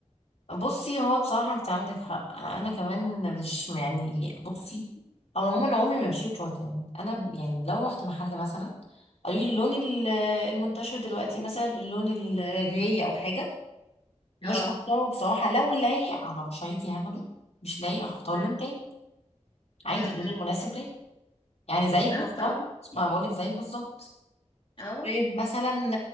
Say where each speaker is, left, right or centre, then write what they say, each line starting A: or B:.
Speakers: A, on the left; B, on the left.
A: بصي هو بصراحة انت عندك حق انا كمان مش يعني بصي او عموما عمري ما مشيت روتين انا ب- يعني لو رحت محل مثلا قالوا لي اللون ال- المنتشر دلوقتي مثلا اللون الجراي او حاجة مش
B: اه
A: مختاره بصراحة لو لايق على بشرتي هاخده مش لايق هختار
B: أم،
A: لون تاني عادي
B: أم، أم.
A: اللون المناسب ليا يعني
B: بالظبط
A: زيك بالظبط
B: اه
A: ما بقولك زيك بالظبط
B: اه
A: طيب مثلا